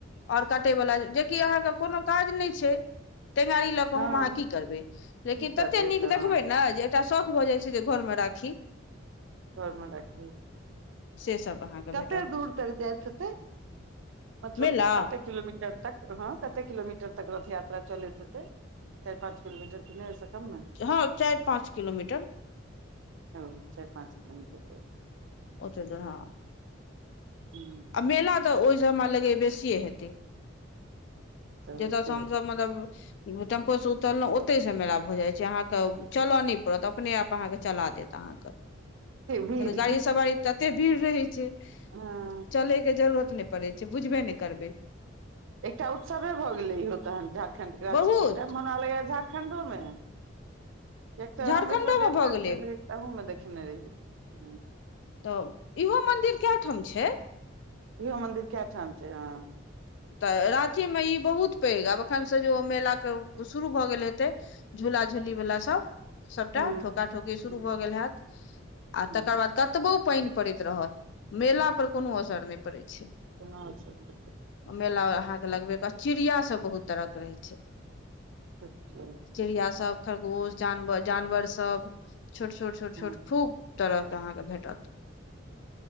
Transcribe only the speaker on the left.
और कटयवला जेकि अहाँके कोनो काज नइ छै टेंगारी लऽ कऽ
हम अहाँ की करबै लेकिन
ततेक नीक
देखबै
ने जे एकटा शौख भऽ जाइ छै जे घर मे राखी
सेसभ अहाँके
भेटत
मेला
हँ चारि पाँच किलोमीटर
ओतऽ जहाँ
मेला तऽ ओइसे हमरा लगैए बेसिए हेतै जतयसँ
हमसभ मतलब टेम्पो से उतरलहुँ ओते से मा भऽ जाय छै अहाँ के चलय न नहि पड़त अपने आप अहाँ के चला देत अहाँ के
<unintelligible> गाड़ी सवारी तते भीड़ रहै छै
चलय के जरूरत नइ पड़ै छै बुझबे नइ करबै
बहुत
झारखण्डो
मे भऽ गेलै
तऽ इहो मन्दिर कए ठाम छै
तऽ राँची मे ई बहुत पैघ आब एखन से जे ओ मेला के ओ शुरू भऽ गेल हेतै झूला झुली वला सब सभटा
ठोका ठोकी शुरू
भऽ गेल हैत आ
तकर बाद कतबो पानि पड़ैत रहत मेला पर कोनो असर नहि पड़ैत छै
मेला अहाँके लगबे कऽ चिड़िया सब बहुत तरह के रहै छै
चिड़िया सब खरगोश जानवर जानवर सब छोट छोट छोट
छोट खूब तरहके अहाँकेँ भेटत